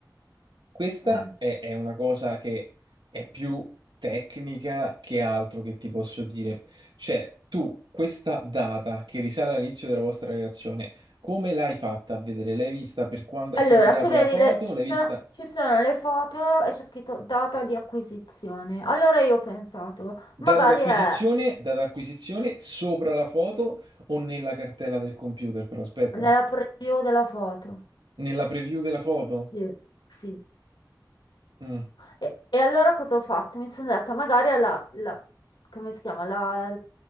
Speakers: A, on the right; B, on the left.
A: questa
B: eh.
A: è, è una cosa che è più tecnica che altro che ti posso dire. Cioè, tu questa data che risale all'inizio della vostra relazione, come l'hai fatta a vedere? L'hai vista per quando
B: Allora,
A: ha caricato
B: tu vedi,
A: la foto?
B: le- ci
A: L'hai
B: sono,
A: vista?
B: ci sono le foto e c'è scritto data di acquisizione. Allora io ho pensato, magari
A: Data d'acquisizione,
B: è
A: data d'acquisizione sopra la foto o nella cartella del computer, però aspetta,
B: nella
A: eh.
B: preview della foto.
A: Nella preview della foto.
B: Sì, sì.
A: Mm.
B: E, e allora cosa ho fatto? Mi sono detta, magari è la, la- come si chiama? La,